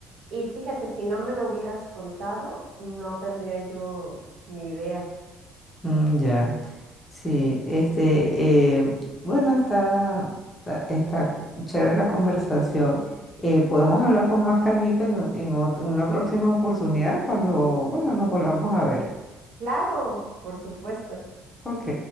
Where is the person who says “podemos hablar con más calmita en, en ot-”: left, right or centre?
Left